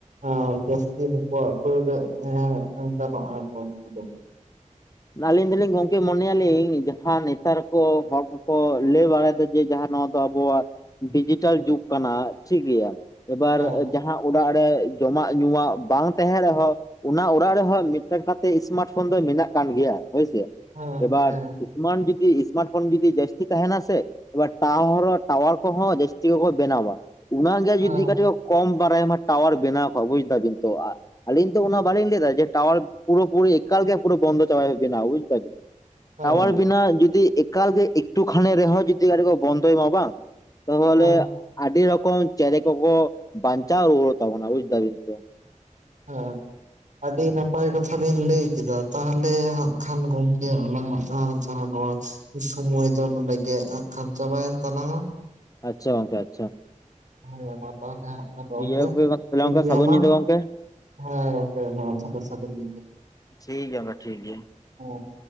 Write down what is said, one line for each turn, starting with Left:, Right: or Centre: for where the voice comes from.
Right: ᱟ ᱡᱟᱹᱥᱛᱤ ᱱᱩᱠᱩᱣᱟᱜ ᱵᱟ, ᱰ ᱨᱮ ᱜᱟᱱᱚᱜᱼᱟ ᱠᱚ ᱱᱩᱠᱩ ᱫᱚ
Left: ᱟᱹᱞᱤᱧ ᱫᱚᱞᱤᱧ ᱜᱚᱝᱠᱮ ᱢᱚᱱᱮᱭᱟᱞᱤᱧ ᱡᱟᱦᱟᱸ ᱱᱮᱛᱟᱨ ᱠᱚ ᱦᱚᱲ ᱠᱚᱠᱚ ᱞᱟᱹᱭ ᱵᱟᱲᱟᱭ ᱫᱚ ᱡᱮ ᱡᱟᱦᱟᱸ ᱱᱚᱣᱟ ᱫᱚ ᱟᱵᱚᱣᱟᱜ ᱰᱤᱡᱤᱴᱟᱞ ᱡᱩᱜᱽ ᱠᱟᱱᱟ ᱴᱷᱤᱠᱜᱮᱭᱟ ᱮᱵᱟᱨ
Right: ᱦᱮᱸ
Left: ᱡᱟᱦᱟᱸ ᱚᱲᱟᱜ ᱨᱮ ᱡᱚᱢᱟᱜ ᱧᱩᱣᱟᱜ ᱵᱟᱝ ᱛᱟᱦᱮᱸᱱ ᱨᱮᱦᱚᱸ ᱚᱱᱟ ᱚᱲᱟᱜ ᱨᱮᱦᱚᱸ ᱢᱤᱫᱴᱟᱝ ᱠᱟᱛ ᱥᱢᱟᱨᱴ ᱯᱷᱳᱱ ᱫᱚ ᱢᱮᱱᱟᱜ ᱠᱟᱱ ᱜᱮᱭᱟ ᱦᱳᱭᱥᱮ
Right: ᱦᱮᱸ
Left: ᱮᱵᱟᱨ
Right: ᱦᱮᱸ
Left: ᱥᱢᱟᱨᱴ ᱡᱩᱫᱤ ᱥᱢᱟᱨᱴ ᱯᱷᱳᱱ ᱡᱩᱫᱤ ᱡᱟᱹᱥᱛᱤ ᱛᱟᱦᱮᱱᱟ ᱥᱮ ᱟᱵᱟᱨ ᱴᱟᱣᱟᱨ ᱠᱚᱦᱚᱸ ᱡᱟᱹᱥᱛᱤ ᱠᱚᱠᱚ ᱵᱮᱱᱟᱣᱟ ᱚᱱᱟᱜᱮ
Right: ᱦᱮᱸ
Left: ᱡᱩᱫᱤ ᱠᱟᱹᱴᱤᱡ ᱠᱚᱢ ᱵᱟᱲᱟᱭᱢᱟ ᱴᱟᱣᱟᱨ ᱵᱮᱱᱟᱣ ᱠᱚᱜ ᱵᱩᱡ ᱫᱟᱵᱤᱱ ᱛᱚᱜ <unintelligible> ᱟᱞᱤᱧ ᱛᱚ ᱚᱱᱟ ᱵᱟᱞᱤᱧ ᱞᱟᱹᱭ ᱮᱫᱟ ᱡᱮ ᱴᱟᱣᱟᱨ ᱯᱩᱨᱟᱹ ᱯᱩᱨᱤ ᱮᱠᱟᱞ ᱜᱮ ᱯᱩᱨ ᱵᱚᱱᱫᱚ ᱵᱮᱱᱟ ᱵᱩᱡ ᱫᱟᱵᱤᱱ
Right: ᱦᱮᱸ
Left: ᱴᱟᱣᱟᱨ ᱵᱮᱱᱟᱣ ᱡᱤ <unintelligible> ᱮᱠᱟᱞ ᱜᱮ ᱮᱠᱴᱩ ᱠᱷᱟᱱᱮ ᱨᱮᱦᱚᱸ ᱡᱚᱫᱤ ᱟᱹᱰᱤ ᱠᱚ ᱵᱚᱱᱫᱚᱭ ᱢᱟ ᱵᱟᱝ ᱛᱟᱦᱚᱞᱮ
Right: ᱦᱮᱸ
Left: ᱟᱹᱰᱤ ᱨᱚᱠᱚᱢ ᱪᱮᱬᱮ ᱠᱚᱠᱚ ᱵᱟᱧᱪᱟᱣ ᱨᱩᱣᱟᱹᱲ ᱛᱟᱵᱚᱱᱟ ᱵᱩᱡ ᱫᱟᱵᱤᱱ ᱥᱮ
Right: ᱦᱮᱸ ᱟᱹᱰᱤ ᱱᱟᱯᱟᱭ ᱠᱟᱛᱷᱟ ᱵᱤᱱ ᱞᱟᱹᱭ ᱠᱮᱫᱟ ᱛᱟᱦᱚᱞᱮ ᱦᱟᱸᱜ ᱠᱷᱟᱱ ᱜᱚᱢᱠᱮ ᱟᱞᱟᱝᱟᱜ ᱡᱟᱦᱟᱸ ᱱᱚᱣᱟ ᱥᱩᱢᱚᱭ ᱫᱚ ᱱᱚᱰᱮ ᱜᱮ ᱠᱷᱟᱱ ᱪᱟᱵᱟᱭᱮᱱ ᱛᱟᱞᱟᱝᱟ
Left: ᱟᱪᱪᱷᱟ ᱜᱚᱝᱠᱮ ᱟᱪᱪᱷᱟ
Right: ᱦᱮᱸ ᱢᱟ ᱛᱟᱦᱞᱮ ᱜᱚᱢᱠᱮ
Left: ᱴᱷᱤᱠ ᱜᱮᱭᱟ ᱜᱚᱝᱠᱮ ᱛᱟᱦᱚᱞᱮ
Right: ᱴᱷᱤᱠ
Left: ᱜᱚᱝᱠᱮ
Right: ᱜᱮᱭᱟ
Left: ᱥᱟᱹᱜᱩᱱ
Right: ᱢᱟ
Left: ᱧᱤᱫᱟᱹ ᱜᱚᱝᱠᱮ
Right: ᱦᱮᱸ ᱚᱱᱠᱟ ᱜᱮ ᱢᱟ ᱛᱟᱦᱚᱞᱮ ᱥᱟᱹᱜᱩᱱ ᱧᱤᱫᱟ.
Left: ᱴᱷᱤᱠ ᱜᱮᱭᱟ ᱢᱟ ᱴᱷᱤᱠ ᱜᱮᱭᱟ
Right: ᱦᱩᱸ